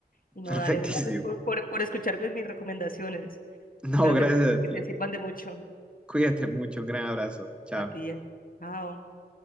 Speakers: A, on the left; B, in the centre.
A: Y no,
B: Perfectísimo.
A: dale, gracias por, por, por escucharme mis recomendaciones.
B: No,
A: Espero
B: gracias
A: que te,
B: a ti.
A: que te sirvan de mucho
B: Cuídate mucho. Un gran abrazo. Chao.
A: a ti. eh. Chao.